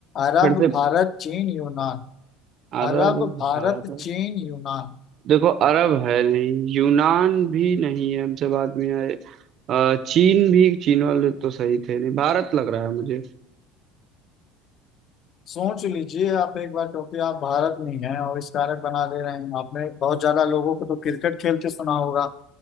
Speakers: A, on the left; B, on the right.
A: अरब
B: फिर से
A: भारत चीन यूनान
B: अरब
A: अरब भारत
B: भारत
A: चीन यूनान
B: देखो अरब है नहीं यूनान भी नहीं है हमसे बाद में आए अ, चीन भी चीन वाले तो सही थे नहीं भारत लग रहा है मुझे
A: सोच लीजिए आप एक बार क्योंकि आप भारत में हैं और इस कारक बना दे रहे हैं आपने बहुत ज्यादा लोगों को तो क्रिकेट खेलते सुना होगा